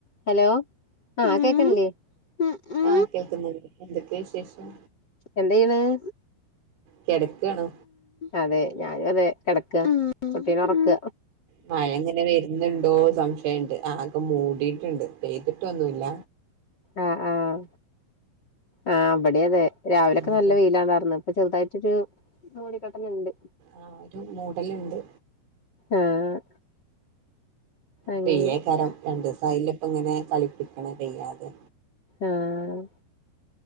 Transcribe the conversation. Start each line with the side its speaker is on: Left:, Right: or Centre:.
Left: Hello ആ കേക്കണില്ലേ ഉം
Right: ആഹ് കേൾക്കുന്നുണ്ട് എന്തൊക്കെ വിശേഷം
Left: എന്തെ ചെയ്യുണത്
Right: കിടക്കാണോ
Left: അതെ ഞാനും അതെ കിടക്കുക കുട്ടീനെ ഒറക്ക്ക
Right: മഴ ഇങ്ങനെ വരുന്നുണ്ടോ സംശയുണ്ട് ആകെ മൂടിട്ടുണ്ട് പെയ്തിട്ടൊന്നു ല്ല
Left: ആഹ് ആഹ് ആഹ് ഇവിടെ അതെ രാവിലൊക്കെ
Right: പിന്നൊക്കെ
Left: നല്ല വെയിലാണ്ടായിർന്ന ഇപ്പൊ ചെറുതായിട്ടൊരു മൂടിക്കെട്ടലുണ്ട്
Right: ആഹ് ഒരു മൂടലുണ്ട്
Left: ആഹ് അങ്ങനെ
Right: പെയ്യേയ്കരം രണ്ടു ദിവസ അല്ല ഇപ്പ ഇങ്ങനെ കളിപ്പിക്കണ പെയ്യാതെ
Left: ആഹ്